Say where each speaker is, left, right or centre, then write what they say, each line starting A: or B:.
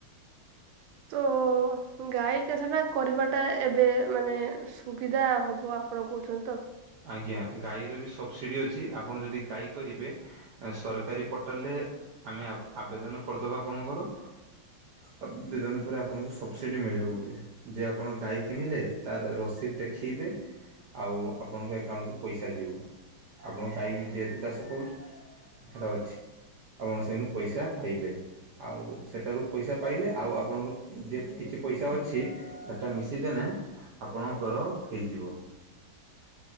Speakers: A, on the right; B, on the right.
A: ତ ଗାଈ ଚାଷ ଟା କରିବା ଟା ଏବେ ମାନେ ସୁବିଧା ହବ ଆପଣ କହୁଛନ୍ତି ତ
B: ଆଜ୍ଞା ଗାଈର ବି ସବସିଡ଼ି ଅଛି ଆପଣ ଯଦି ଗାଈ କରିବେ ସରକାରୀ ପୋର୍ଟାଲରେ ଆମେ ଆବେଦନ କରିଦବା ଆପଣଙ୍କର ଆବେଦନ ପରେ ଆପଣଙ୍କୁ ସବସିଡି ମିଳିବ ଗୋଟେ। ଯେ ଆପଣ ଗାଈ କିଣିଲେ ତାର ରସିଦ ଦେଖେଇବେ ଆଉ ଆପଣଙ୍କ ଏକାଉଣ୍ଟକୁ ପଇସା ଯିବ ଆପଣ ଗାଈକି ଯେହେତୁ ଚାଷ କରୁଛ ସେଟା ଅଛି ଆପଣ ସେନୁ ପଇସା ପାଇବେ। ଆଉ ସେଠାରୁ ପଇସା ପାଇଲେ ଆଉ ଆପଣଙ୍କର ଯେ କିଛି ପଇସା ଅଛି ସେଇଟା ମିଶେଇଦେଲେ ଆପଣଙ୍କର ହେଇଯିବ।